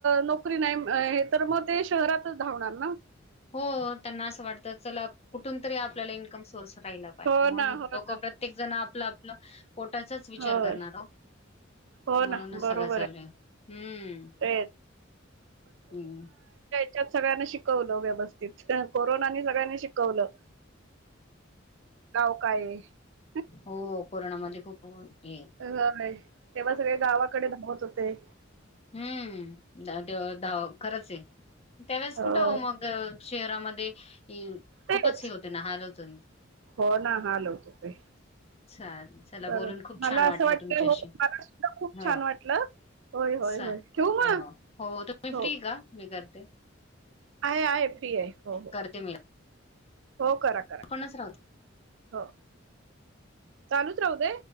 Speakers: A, on the right (about 65°); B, on the left (about 30°).
A: नोकरी नाही हे तर मग ते शहरातच धावणार ना.
B: हो त्यांना असं वाटत चला कुठून तरी आपल्याला इनकम सोर्स मिळाला पाहिजे
A: हो
B: म्हणून
A: ना हो
B: लोक
A: ना.
B: प्रत्येक जण आपलं आपलं पोटाचाच विचार
A: होय
B: करणार हो
A: हो
B: म्हणूनच
A: ना बरोबर
B: सगळं चालू आहे हम्म
A: तेच
B: हम्म.
A: त सगळ्यांना शिकवलं व्यवस्थित कोरोनानी सगळ्यांनी शिकवलं. गाव काय. <inaudible>
B: हो कोरोनामध्ये खूप हे
A: होय. तेव्हा सगळे गावाकडे धावत होत. ते.
B: हम्म द ते धाव खरंच आहे. त्यावेळेस
A: होय
B: कुठं मग शहरामध्ये खूपच
A: तेच
B: हे होते ना हाल होत.
A: हो ना हाल होत होते.
B: चाल चला
A: बरं
B: बोलून खूप
A: मला
B: छान वाटलं
A: असं वाटतंय
B: तुमच्याशी
A: हो मला सुद्धा खूप
B: ह
A: छान वाटलं होय होय
B: चाल
A: होय ठेवू मग
B: हो तुम्ही
A: हो
B: फ्री का मी करते.
A: आहे आहे फ्री आहे हो हो.
B: करते मी
A: हो करा करा
B: आपणच राहू
A: हो. चालूच राहू दे?